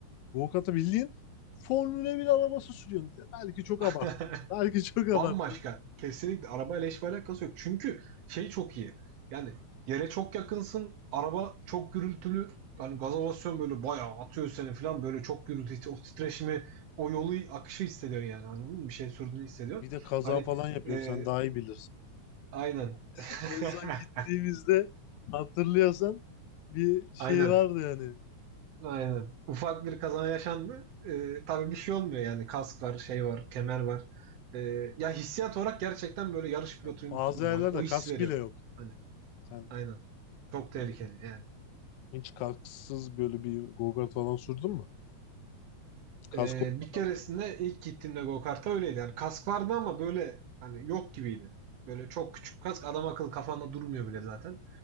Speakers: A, on the left; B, on the right.
A: go kartı bildiğin Formula bir arabası sürüyorsun. Belki çok
B: <laughs>
A: abarttım. Belki <laughs> çok abarttım.
B: Bambaşka. Kesinlikle arabayla hiçbir alakası yok. Çünkü şey çok iyi. Yani yere çok yakınsın. Araba çok gürültülü. Yani gaza basıyorsun böyle bayağı atıyor seni falan. Böyle çok gürültü, o titreşimi, o yolu akışı hissediyorsun yani. Anladın mı? Bir şey sürdüğünü hissediyorsun.
A: Bir de kaza
B: Hani
A: falan yapıyorsun
B: e,
A: sen daha iyi bilirsin.
B: Aynen. <laughs>
A: En son gittiğimizde hatırlıyorsan bir şey
B: Aynen.
A: vardı yani.
B: Aynen. Ufak bir kaza yaşandı. Ee, tabii bir şey olmuyor yani. Kask var, şey var, kemer var. Ee, ya hissiyat olarak gerçekten böyle yarış pilotuymuşsun
A: Ya bazı
B: gibi.
A: yerlerde
B: Hani o his
A: kask
B: veriyor.
A: bile yok.
B: Hani
A: Sen
B: aynen. Çok tehlikeli
A: yani
B: yani.
A: hiç kasksız böyle bir go-kart falan sürdün mü? Kask
B: Ee,
A: olmadan
B: bir keresinde
A: böyle.
B: ilk gittiğimde go-kart'a öyleydi. Yani kask vardı ama böyle hani yok gibiydi. Böyle çok küçük kask adam akıllı kafanda durmuyor bile zaten.